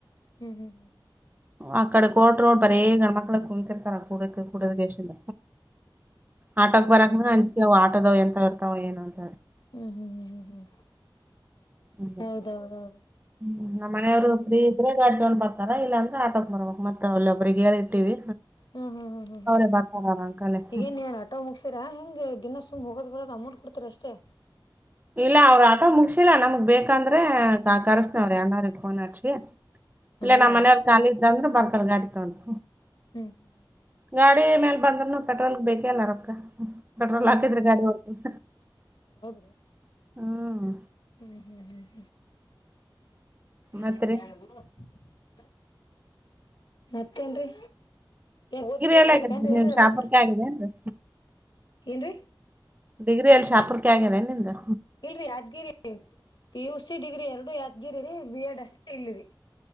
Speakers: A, on the left; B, on the right.
A: ಹ್ಮ್ ಹ್ಮ್ ಹ್ಮ್ ಹ್ಮ.
B: ಅಕ್ಕಡೇ ಕೋರ್ಟ್ ರೋಡ್ ಬರೇ ಗಣ ಮಕ್ಕಳ ಕುಂತಿರ್ತಾರ ಕುಡಿದು ಕೂಡದ ಕೇಶಿಂದ. ಆಟೋಕ್ ಬರಕ
A: ಹೌದು
B: ಹಂಜಿಕೆವು ಆಟೋದವ ಎಂತವು ಇರ್ತಾವ ಏನು ಅಂತ.
A: ಹ್ಮ್ ಹ್ಮ್ ಹ್ಮ್ ಹ್ಮ್ ಹ್ಮ್
B: ಹ್ಮ
A: ಹೌದೌದೌದು
B: ಹ್ಮ್ ನ ಮನೆಯವ್ರು
A: ಹ್ಮ್
B: ಫ್ರೀ ಇದ್ರೆ ಗಾಡಿ ತಗೊಂಡ್ ಬರ್ತ್ ತರ ಇಲ್ಲಾಂದ್ರ ಆಟೋಕ್ ಬರ್ಬೇಕ್ ಮತ್ತ ಅಲ್ಲಿ ಒಬ್ಬ್ರಿಗೆ ಹೇಳಿಟ್ಟಿವಿ.
A: ಹ್ಮ್ ಹ್ಮ್ ಹ್ಮ್ ಹ್ಮ್ ಹ್ಮ
B: ಅವ್ರೇ ಬರ್ತಾರ ಅವ್ರ್ ಅಂಕಲೇ
A: ಹೀಗೆನ್
B: ಹ್ಮ್.
A: ನೀವ ಆಟೋ ಮುಗಸೀರಾ ಹೆಂಗ ದಿನ ಸುಮ್ ಹೋಗೋದ್ ಬರೋದು ಅಮೌಂಟ್ ಕೊಡ್ತೀರ ಅಷ್ಟೇ.
B: ಇಲ್ಲ ಅವ್ರ ಆಟೋ ಮುಗಸಿಲ್ಲಾ ನಮಗ್ ಬೇಕಂದ್ರೆ ಕರೆಸ್ನವ್ರ ಯಾರನ್ನಾರ. <unintelligible> ಇಲ್ಲ
A: ಹೌದ್ರಿ
B: ನಮ್ ಮನೆಯವ್ರ ಕಾಲಿ ಇದ್ರು ಅಂದ್ರ ಬರ್ತಾರ ಗಾಡಿ ತಗೊಂಡು.
A: ಹ್ಮ್ ಹ್ಮ್
B: ಗಾಡಿ ಮೇಲ್ ಬಂದ್ರೂನು ಪೆಟ್ರೋಲ್ ಬೇಕ ಅಲ್ಲ ರೊಕ್ಕ.
A: ಹ್ಮ್
B: ಹಾಕಿದ್ರ
A: ಹ್ಮ್ ಹ್ಮ್
B: ಗಾಡಿ ಓಡ್ತದ
A: ಹೌದ್.
B: ಹ್ಮ್
A: ಹ್ಮ್ ಹ್ಮ್ ಹ್ಮ್ ಹ್ಮ್ <unintelligible>
B: ಮತ್ರಿ
A: ಮತ್ತೇನ್ರೀ. ಓದಬೇಕು
B: ಎಲ್ಲ್
A: ಬರೀಬೇಕು
B: ಆಗೇದ್ರಿ
A: ಏನ್ರೀ ಏನಾದ
B: ನಿಮ್ದ್ ಶಾಪುರ್ಕೆ
A: ವರ್ಕ್
B: ಆಗಿದೇನ್ರಿ
A: ಏನ್ರಿ.
B: ಡಿಗ್ರೀ ಎಲ್ಲಿ ಶಹಾಪುರ ಕಾ ಹಾಗ್ಯದೇನು ನಿಂದು.
A: ಇಲ್ರಿ ಯಾದ್ಗಿರಿ ಪಿ ಯುಸಿ ಡಿಗ್ರಿ ಎರಡು ಯಾದ್ಗಿರಿ ರಿ ಬಿ ಎಡ್ ಅಷ್ಟೇ ಇಲ್ರಿ.